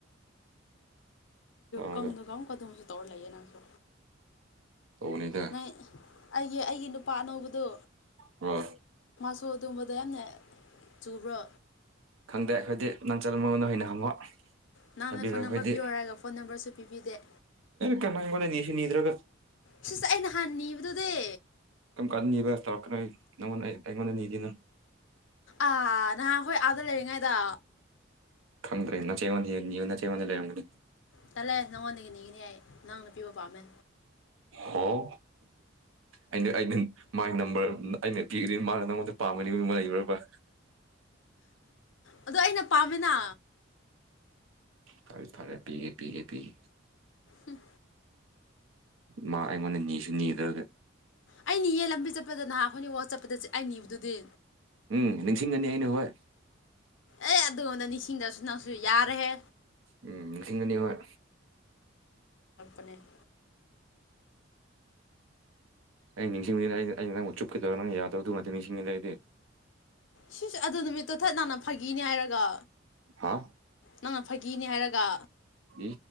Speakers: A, on the right (about 75°); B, on the left (about 65°).
A: ꯇꯧꯔꯒ
B: ꯀꯪꯗꯨꯒ ꯑꯃꯨꯛꯀ ꯑꯗꯨꯝꯁꯨ ꯇꯧꯔ ꯂꯩꯌꯦ ꯅꯪꯁꯨ
A: ꯇꯧꯕꯅꯤꯗ
B: ꯅ ꯑꯩꯒꯤ ꯑꯩꯒꯤ ꯅꯨꯄꯥ ꯑꯅꯧꯕꯗꯨ
A: ꯍꯣꯏ
B: ꯁꯣ ꯑꯗꯨꯕꯗ ꯌꯥꯝꯅ ꯆꯨꯕ꯭ꯔꯣ
A: ꯈꯪꯗꯦ ꯑꯩꯈꯣꯏꯗꯤ ꯅꯪ ꯆꯜ ꯃꯉꯣꯟꯗ ꯑꯣꯏꯅ ꯍꯪꯉꯣ
B: ꯅꯍꯥꯟꯅ
A: ꯍꯥꯏꯕꯤꯔꯣ
B: ꯐꯣꯟ
A: ꯑꯩꯈꯣꯏꯗꯤ
B: ꯅꯝꯕꯔ ꯄꯤꯌꯣ ꯍꯥꯏꯔꯒ ꯐꯣꯟ ꯅꯝꯕꯔꯁꯨ ꯄꯤꯕꯤꯗꯦ
A: ꯀ ꯃꯥꯡꯒꯗꯅꯤ ꯁꯤ ꯅꯤꯗ꯭ꯔꯒ
B: ꯁꯤꯁꯦ ꯑꯩꯅꯍꯥꯟ ꯅꯤꯕꯗꯨꯗꯤ
A: ꯀꯔꯝ ꯀꯥꯟꯗ ꯅꯤꯕ ꯇꯧꯔꯛꯀꯅꯣ ꯅꯪꯉꯣꯟꯗ ꯑꯩꯉꯣꯟꯗ ꯅꯤꯗꯅ
B: ꯑ ꯅ ꯍꯣꯏ ꯑꯗꯨ ꯂꯩꯕꯤꯉ ꯑꯗ
A: ꯈꯪ꯭ꯔꯦ ꯏꯅ ꯆꯋꯥꯅꯤ ꯅ ꯆꯕꯟ ꯂꯩꯦꯪꯗꯤ
B: ꯇꯜꯂꯦ ꯅꯪꯉꯣꯟꯗꯒꯤ ꯉꯤꯅꯤ ꯍꯥꯏꯏ ꯅꯪꯅ ꯄꯤꯕ ꯄꯥꯝꯃꯦ
A: ꯍꯥꯎ ꯑꯩꯅ ꯑꯩꯅ ꯃꯥꯒꯤ ꯅꯝꯕꯔ ꯑꯩꯅ ꯄꯤꯒꯅꯤ ꯃꯥꯅ ꯅꯉꯣꯟꯗ ꯄꯥꯝꯒꯅꯤ ꯃꯗꯨꯃ ꯂꯩꯈ꯭ꯔꯕ꯭ꯔ
B: ꯑꯣ ꯑꯩꯅ ꯄꯥꯝꯃꯤꯅ
A: ꯐꯔꯦ ꯐꯔꯦ ꯄꯤꯒꯦ ꯄꯤꯒꯦ ꯄꯤꯦ
B: ꯎꯝ
A: ꯃꯥ ꯑꯩꯉꯣꯟꯗ ꯅꯤꯁꯨ ꯅꯤꯗ꯭ꯔꯒ
B: ꯑꯩ ꯅꯤꯌꯦ ꯂꯝꯕꯤ ꯆꯠꯄꯗ ꯅꯍꯥꯟ ꯑꯩꯈꯣꯏꯅꯤ ꯋ ꯆꯠꯄꯗ ꯑꯩ ꯅꯤꯕꯗꯨꯗꯤ
A: ꯎꯝ ꯅꯤꯡꯁꯤꯡꯒꯅꯤ ꯑꯩꯅ ꯍꯣꯏ
B: ꯑꯦ ꯑꯗꯨꯉꯣꯟꯗ ꯅꯤꯡꯁꯤꯡꯗꯁꯨ ꯅꯪꯁꯨ ꯌꯥꯔꯍꯦ
A: ꯎꯝ ꯂꯤꯁꯤꯡ ꯑꯅꯤ ꯍꯣꯏ
B: ꯑꯅꯦ <unintelligible>
A: ꯑꯩ ꯅꯤꯡꯁꯤꯡꯉ ꯑꯩ ꯑꯩ ꯅꯪꯕꯨ ꯆꯨꯞꯀꯗꯕ ꯅꯪ ꯌꯥꯗꯕꯗꯨ ꯅꯇ ꯅꯤꯡꯁꯤꯡꯉꯗ ꯑꯩꯗꯤ
B: ꯁꯤꯁꯨ ꯑꯗꯨ ꯅꯨꯃꯤꯠꯇꯨ ꯊꯠ ꯅꯥꯟꯅ ꯐꯥꯒꯤꯅꯤ ꯍꯥꯏꯔꯒ
A: ꯍꯥ
B: ꯅꯪꯅ ꯐꯥꯒꯤꯅꯦ ꯍꯥꯏꯔꯒ
A: ꯌꯦ